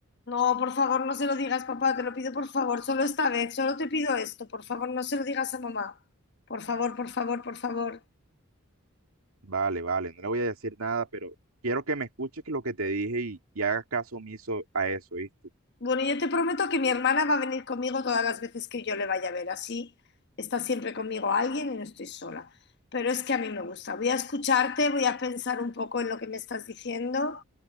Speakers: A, on the left; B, on the right.
A: No, por favor, no se lo digas, papá, te lo pido por favor, solo esta vez, solo te pido esto, por favor, no se lo digas a mamá. Por favor, por favor, por favor.
B: vale, vale, no le voy a decir nada, pero quiero que me escuches lo que te dije y, y hagas caso omiso a eso, ¿viste?
A: Bueno, yo te prometo que mi hermana va a venir conmigo todas las veces que yo le vaya a ver. Así está siempre conmigo alguien y no estoy sola. Pero es que a mí me gusta. Voy a escucharte, voy a pensar un poco en lo que me estás diciendo.